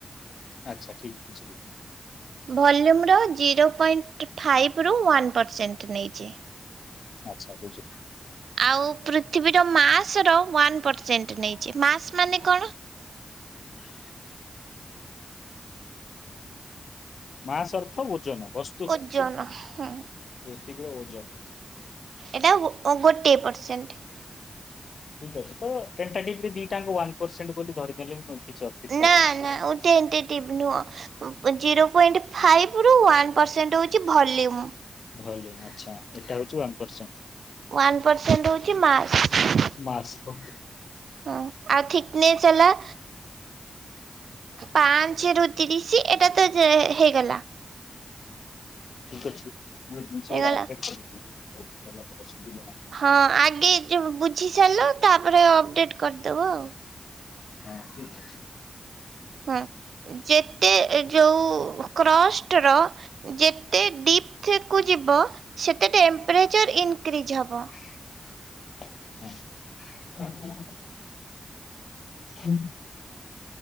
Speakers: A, on the left; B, on the right.
A: ଆଚ୍ଛା ଠିକ୍ ବୁଝିଲୁ ହଁ।
B: ଭଲ୍ୟୁମର ଜିରୋ ପଏଣ୍ଟ ଫାଇପରୁ ୱାନ୍ ପର୍ସେଣ୍ଟ ନେଇଚି।
A: ଆଚ୍ଛା ବୁଝୁଲି।
B: ଆଉ ପୃଥିବୀର ମାସର ୱାନ୍ ପର୍ସେଣ୍ଟ ନେଇଚି ମାସ୍ ମାନେ କଣ?
A: ହଁ ମାସ ଅର୍ଥ ଓଜନ ବସ୍
B: ଓଜନ ହୁଁ।
A: ପୃଥିବୀର ଓଜନ।
B: ଏଟା ଓ ଗୋଟିଏ ପର୍ସେଣ୍ଟ।
A: ଠିକ ଅଛି ତ ଟେଣ୍ଟେଟିଭ୍ ଦିଇଟା ଆଙ୍କ ୱାନ୍ ପର୍ସେଣ୍ଟ ବୋଲି ଧରିଦେଲେ ବି ମ କିଛି ଅତ୍ୟୁକ୍ତି
B: ନା
A: ହେବନାଇଁ।
B: ନା ଟେଣ୍ଟେଟିଭ୍ ନୁଅଁ ଉଁ ଜିରୋ ପଏଣ୍ଟ ଫାଇପରୁ ୱାନ୍ ପର୍ସେଣ୍ଟ ହୋଉଚି ଭଲ୍ୟୁମ୍।
A: ଭଲ୍ୟୁମ୍ ଆଛା ଏଇଟା ହୋଉଚି ୱାନ ପର୍ସେଣ୍ଟ।
B: ୱାନ୍ ପର୍ସେଣ୍ଟ ହୋଉଚି ମାସ୍।
A: ମାସ୍ ଓ।
B: ହଁ ଆଉ ଥିକନେସ୍ ହେଲା ପାଞ୍ଚେରୁ ତିରିଶ ଏଟା ତ ଯେ ହେଇଗଲା।
A: ଠିକ ଅଛି ମୁଁ ଏ ଜିନିଷଗୁଡା
B: ହେଇଗଲା
A: ଅପଡେଟ୍ କରିବି ଭଲ ହବ ସୁବିଧା ହବ।
B: ହଁ ଆଗେ ଯ ବୁଝି ସାରିଲ ତାପରେ ଅପଡେଟ କରିଦବ ଆଉ।
A: ହଁ ଠିକ୍ ଅଛି।
B: ହଁ ଯେତେ ଯୋଉ କ୍ରଷ୍ଟ ର ଯେତେ ଡିପ୍ଥ କୁ ଯିବ ସେତେ ଟେମ୍ପରେଚର ଇନକ୍ରିଜ୍ ହବ।
A: <inaudible> ହୁଁ।